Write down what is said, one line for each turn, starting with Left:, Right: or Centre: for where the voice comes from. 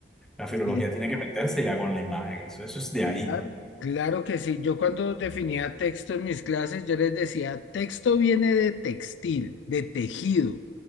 Centre: La filología
Left: Sí.
Centre: tiene que meterse ya con la imagen, eso, eso es de ahí.
Left: Claro, claro que sí. Yo cuando definía texto en mis clases, yo les decía, texto viene de textil, de tejido,